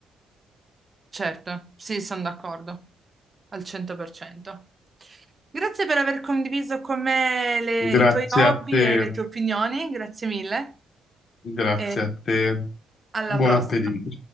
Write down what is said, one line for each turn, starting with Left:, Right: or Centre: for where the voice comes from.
Right: Certo, sì, sono d'accordo, al 100%. Grazie per aver condiviso con me le-
Left: Grazie
Right: i tuoi hobby
Left: a te,
Right: e le tue opinioni, grazie mille.
Left: grazie
Right: E
Left: a te.
Right: alla
Left: Buon
Right: prossima.
Left: appetito.